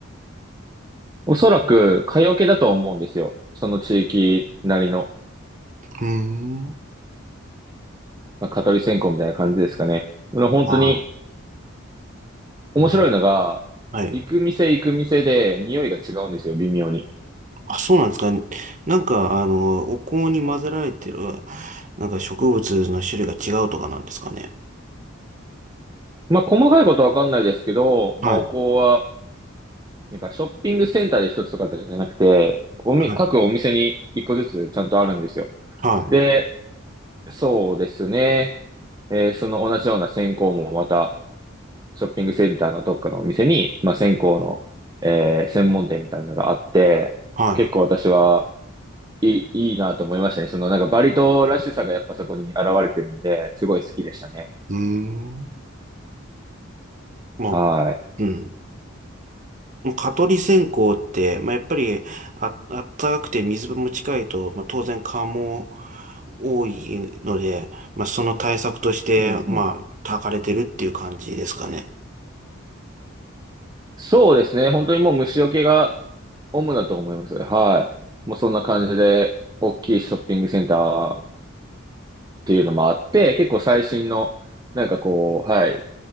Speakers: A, on the right; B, on the right.
A: おそらく、蚊よけだと思うんですよ。その地域なりの、
B: う。うーん。
A: まあ、蚊取り線香みたいな感じですかね。まあ本当に
B: まあ、
A: 面白いのが、
B: なはい。
A: 行く店行く店で匂いが違うんですよ、微妙に。
B: あ、そうなんですか。なんか、あの、お香に混ぜられてる、なんか植物の種類が違うとかなんですかね。
A: まあ、細かいことわかんないですけど、
B: はい。
A: まあ、お香は、なんかショッピングセンターで一つとかじゃなくて、おみ、
B: はい。
A: 各お店に一個ずつちゃんとあるんですよ。
B: はい。
A: で、そうですね。えーその同じような線香もまた、ショッピングセンターのどっかのお店に、まあ、線香の、えー専門店みたいなのがあって、
B: はい。
A: 結構私はいい、いいなと思いましたね。そのなんかバリ島らしさがやっぱそこに現れてるんで、すごい好きでしたね。
B: うーん。も
A: は
B: う、うん。もう蚊取り線香って、まあ、やっぱり、あ、あったかくて水分も近いと、まあ、当然蚊も多いので、まあ、その対策として、
A: い。うんうん。
B: まあ、焚かれてるっていう感じですかね。
A: そうですね。本当にもう虫除けが主だと思います。はい。もうそんな感じで、大きいショッピングセンターっていうのもあって、結構最新の、なんかこう、はい、